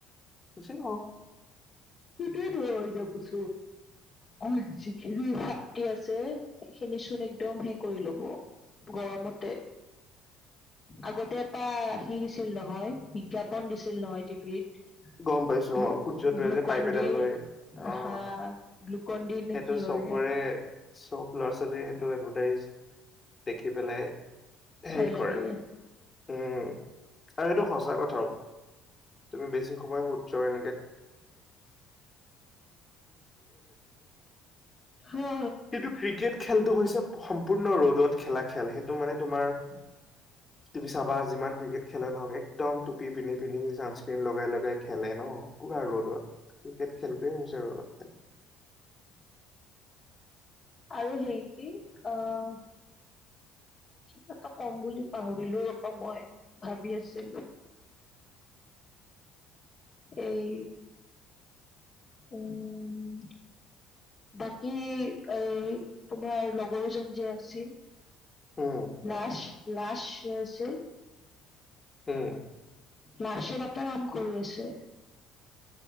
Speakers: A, on the left; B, on the left.
A: বচি ক <inaudible>
B: সেইটোয়ে দ হৈ যাবচত গ যিখিনি শক্তি আছে সেইখিনি পিছত একদম হে কৰি ল'ব গৰমতে আগতে এটা সেই দিছিল নহয় বিজ্ঞাপন দিছিল নহয় টিভিত
A: গম পাইছো
B: গ্লু
A: অ সূৰ্য টোয়ে
B: গ্লুকন
A: যে পাইপ এডাল
B: ডিৰ
A: লৈ অ
B: হা গ্লুকন ডিৰ নে
A: সেইটো
B: কিহৰে
A: চবৰে চব ল'ৰা ছোৱালী সেইটোৱে <unintelligible> দেখি পেলাই
B: ভয়
A: হেৰি
B: লাগে।
A: কৰে উম আৰু সেইটো সঁচা কথাও তুমি বেছি <inaudible> জয়
B: হা
A: সেইটো ক্ৰিকেট খেলটো হৈছে সম্পূৰ্ণ ৰ'দত খেলা খেল সেইটো মানে তোমাৰ
B: <unintelligible>
A: তুমি চাবা যিমান ক্ৰিকেট খেলে নহওক একদম টুপী পন্ধি পিন্ধি ন্সাক্ৰীন লগাই ল খেলে ন পোৰা ৰ'দত ক্ৰিকেট খেলটোৱে হৈছে ৰ'দত খেল
B: আৰু সেই কি আহ এটা কম বুলি পাহৰিলো ৰপ মই ভাবি আছিলো এই উম বাকী এ তোমাৰ লগৰজন যে আছিল
A: উম
B: লাশ লাশ <unintelligible>
A: উম
B: লাষ্টত আটা আম কৰি আছে